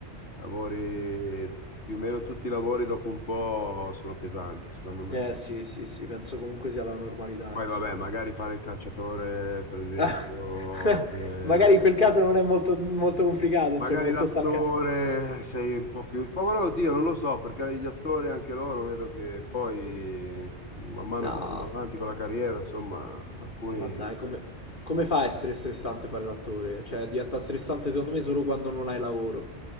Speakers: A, on the left; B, on the left.
A: lavori, più o meno tutti i lavori dopo un po' sono pesanti, secondo me.
B: Eh sì, sì, sì, penso comunque sia la normalità,
A: Poi
B: insomma.
A: vabbè, magari fare il calciatore, per esempio,
B: <laughs>
A: oppure
B: Magari
A: la-
B: in quel caso non è molto, molto complicato, insomma,
A: magari
B: molto
A: l'attore
B: stancante.
A: sei un po' più... Ma guarda, oddio, non lo so, perché gli attori anche loro vedo che poi, man mano
B: No,
A: che vanno avanti con la carriera, insomma, alcuni...
B: ma dai, come, come fa a essere stressante fare l'attore? Cioè, diventa stressante secondo me solo quando non hai lavoro.